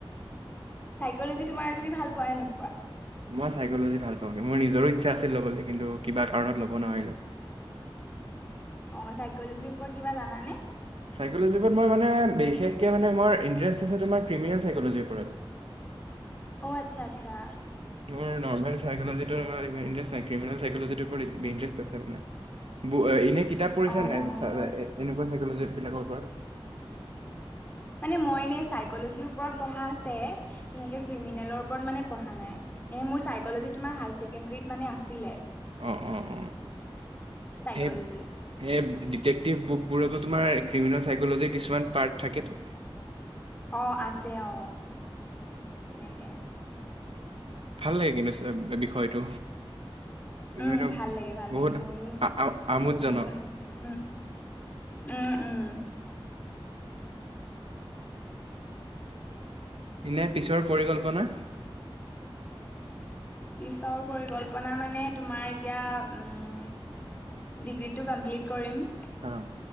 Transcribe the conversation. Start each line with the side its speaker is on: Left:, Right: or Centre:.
Left: চাইকলজি তোমাৰ তুমি ভাল পোৱা নে নোপোৱা?
Right: মই চাইক'লজি ভাল পাওঁগে মোৰ নিজৰো ইচ্ছা আছিল ল'বলৈ কিন্তুু কিবা কাৰণত ল'ব নোৱাৰিলো
Left: অ চাইকলজিৰ ওপৰত কিবা জানানে?
Right: চাইক'জীৰ ওপৰত মই মানে বিশেষকে মানে মোৰ ইণ্টাৰেষ্ট আছে তোমাৰ কপৃমিযচাইক'লজ ওপৰত। <inaudible>
Left: অ, আচ্ছা, আচ্ছা
Right: মোৰ নৰ্মেল। চাইকলজি টো মানে ইণ্টাৰেষ্ট ক্ৰিমিনেল চাইকলজি টোৰ ওপৰত ইণ্টাৰেষ্ট আছে মানে। কিতাপ পঢ়িছা
Left: অ
Right: নে
Left: অ
Right: নাই
Left: মোৰ
Right: এনেকুৱা চাইকলজী বিলাকৰ ওপৰত।
Left: মানে মই এনেই চাইকলজিৰ ওপৰত পঢ়া আছে তেনেকে ক্ৰিমিনেলৰ ওপৰত মানে পঢ়া নাই। এনে মোৰ চাইকলজি তোমাৰ হায় ছেকেণ্ডৰীত মানে আছিলে।
Right: অ অ অ
Left: চাইকলজি।
Right: সেই সেই ডিটেক্টিভ বুকবোৰতো তোমাৰ ক্ৰিমিনেল চাইকলজিৰ কিছুমান পাৰ্ট থাকেতো।
Left: অ আছে অ তেনেকে।
Right: ভাল লাগে কিন্তু বিষয়টো। বিষয়টো
Left: উম, ভাল লাগে, ভাল
Right: বহুত
Left: লাগে, ময়ো,
Right: আ- আ- আমোদজনক
Left: ময়ো উম উম, উম
Right: এনে পিছৰ পৰিকল্পনা?
Left: পিছৰ পৰিকল্পনা মানে তোমাৰ এতিয়া উম ডিগ্ৰীটো কমপ্লিট কৰিম।
Right: হা।